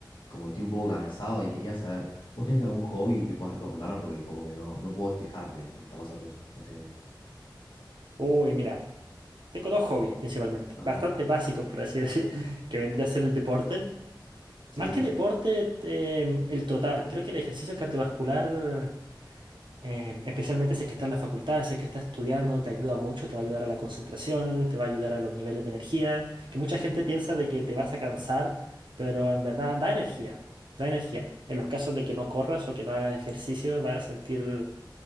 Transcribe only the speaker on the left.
como que estoy un poco cansado y quería saber, ¿vos tenés algún hobby que puedas recomendarme? Porque como que no, no puedo despejarme, me está pasando eso, básicamente.
Ajá,
sí.